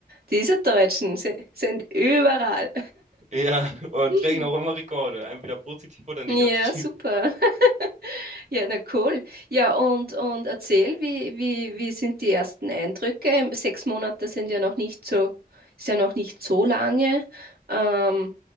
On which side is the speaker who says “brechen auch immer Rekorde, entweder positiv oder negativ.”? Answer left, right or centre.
Right